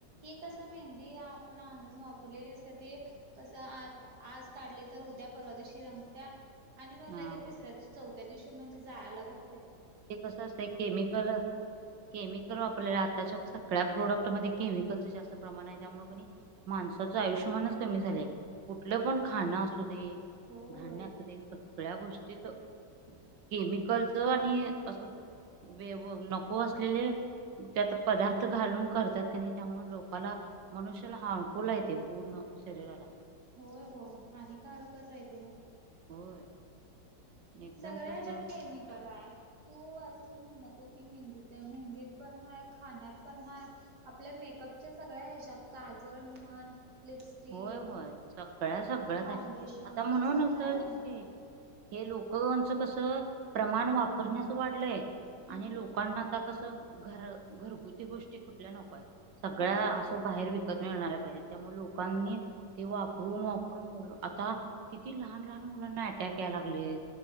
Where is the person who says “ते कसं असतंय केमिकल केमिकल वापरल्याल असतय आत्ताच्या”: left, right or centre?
Right